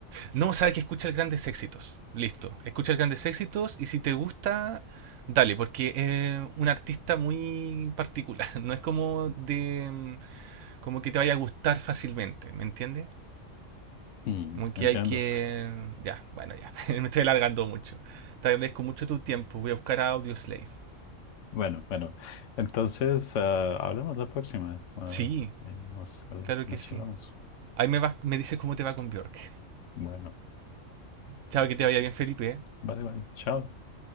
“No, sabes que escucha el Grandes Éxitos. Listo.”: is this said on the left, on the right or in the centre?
Right